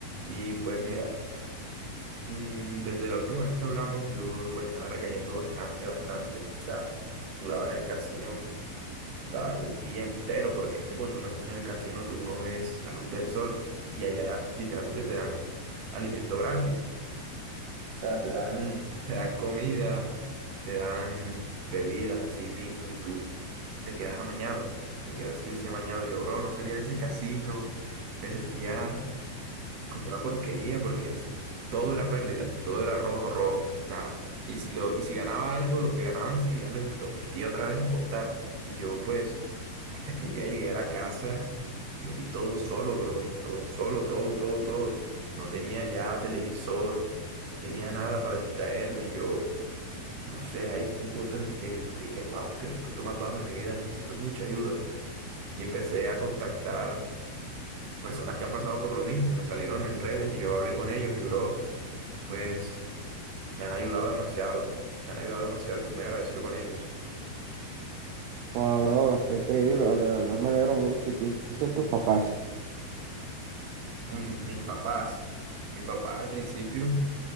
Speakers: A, on the right; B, on the right.
A: Y pues, mira. Mm, Desde la última vez que hablamos, yo pues estaba recayendo bastante, bastante. O sea, duraba en el casino hasta un día entero, porque es que cuando uno está en el casino tú no ves la luz del sol y allá literalmente te dan alimento gratis. O sea, te dan, te dan comida, te dan bebidas así, tintos, y tú te quedas amañado, te quedas sí o sí amañado. Yo, bro, no salía de ese casino, me sentía como una porquería porque es- todo era pérdida, todo era rojo, rojo. O sea, y si, lo, y si ganaba algo, lo que ganaba enseguida lo, lo metía otra vez a apostar. Y yo pues, hasta que un día llegué a la casa, yo vi todo solo, bro, todo solo, todo, todo, todo. No tenía ya televisor, no tenía nada para distraerme. y Yo, no sé, ahí fue un punto en el que dije, wow, estoy en el punto más bajo de mi vida, necesito mucha ayuda. Y empecé a contactar personas que han pasado por lo mismo, me salieron en redes y yo hablé con ellos y, bro, pues me han ayudado demasiado, me han ayudado demasiado, estoy muy agradecido con ellos.
B: Wow, bro, qué increíble, la verdad, me alegro mucho. ¿Y qué dicen tus papás?
A: Mm, mis papás, mis papás al principio,